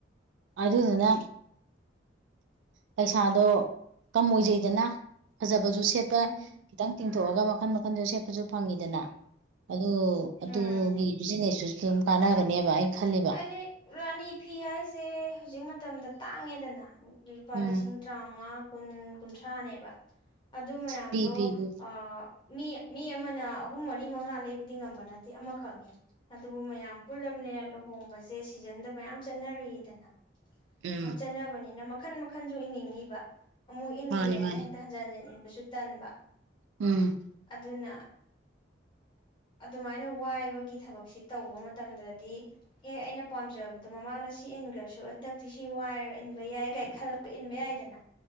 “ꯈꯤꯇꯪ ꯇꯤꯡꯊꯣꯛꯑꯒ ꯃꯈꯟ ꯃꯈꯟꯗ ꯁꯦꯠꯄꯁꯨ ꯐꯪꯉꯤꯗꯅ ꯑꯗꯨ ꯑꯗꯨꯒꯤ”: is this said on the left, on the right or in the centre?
Right